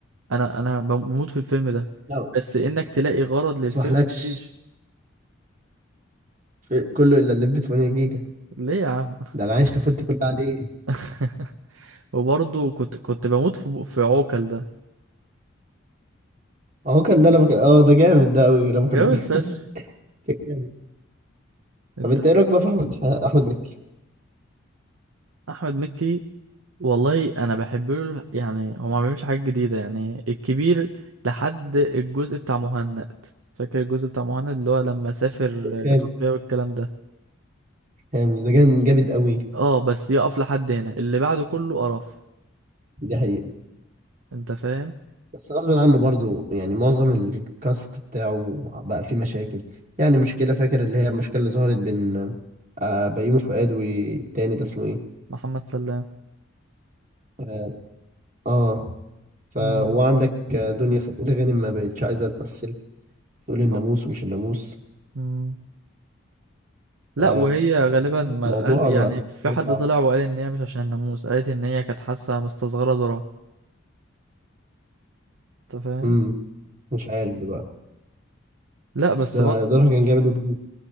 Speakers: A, on the right; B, on the right.
A: انا انا بموت في الفيلم ده
B: لا ما
A: بس انك تلاقي غرض للفيلم
B: اسمحلكش
A: مفيش
B: في كله الا اللي ب 8 جيجا
A: ليه يا عم
B: ده انا عايش طفولتي كلها عليه
A: <laughs> وبرضه كنت كنت بموت في في عوكل ده
B: اهو كان ده لما كان اه ده جامد ده قوي لما كان
A: جامد فشخ
B: <laughs> كان جامد
A: انت
B: طب انت ايه رايك بقى في احمد احمد مكي
A: احمد مكي والله انا بحب له يعني هو ما بيعملش حاجات جديده يعني الكبير لحد الجزء بتاع مهند فاكر الجزء بتاع مهند اللي هو لما سافر
B: خامس
A: آه، تركيا والكلام ده
B: هامز ده كان جامد قوي
A: اه بس يقف لحد هنا اللي بعده كله قرف
B: دي حقيقة
A: انت فاهم
B: بس غصب عنه برضو يعني معظم الكاست بتاعه بقى فيه مشاكل يعني مشكلة فاكر اللي هي المشكلة اللي ظهرت بين آه، بيومي فؤاد والتاني ده اسمه ايه
A: محمد سلام
B: اه آه. ف
A: امم
B: وعندك آه، دنيا سمير غانم ما بقتش عايزة تمثل تقول الناموس
A: صح.
B: ومش الناموس
A: امم لا
B: ف
A: وهي غالبا ما
B: الموضوع
A: قال يعني
B: بقى
A: في حد
B: صعب
A: طلع وقال ان هي مش عشان الناموس قالت ان هي كانت حاسه مستصغره دورها انت فاهم
B: امم مش عارف ده بقى
A: لا بس
B: بس ده ده راح كان جامد وكبير